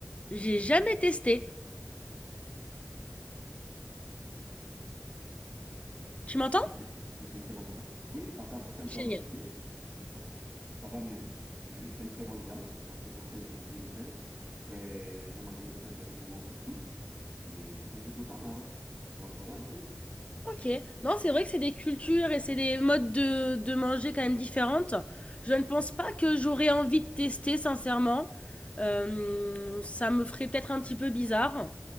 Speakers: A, on the left (about 25°); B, on the right (about 35°).
A: J'ai jamais testé. Tu m'entends?
B: Mais je mange- c'est c'est une très bonne viande. Oui, je t'entends, ça c'est un
A: Génial.
B: peu entrecoupé, mais ça va. Ça va mieux. Je- C'est une très bonne viande. Moi, je te conseille de manger le singe. Ben, j'ai mangé le singe avec du bon couscous et c'était plutôt pas mal. Donc, voilà un peu.
A: OK. Non, c'est vrai que c'est des cultures et c'est des modes de de manger quand même différentes. Je ne pense pas que j'aurais envie de tester sincèrement. Hem, ça me ferait peut-être un petit peu bizarre.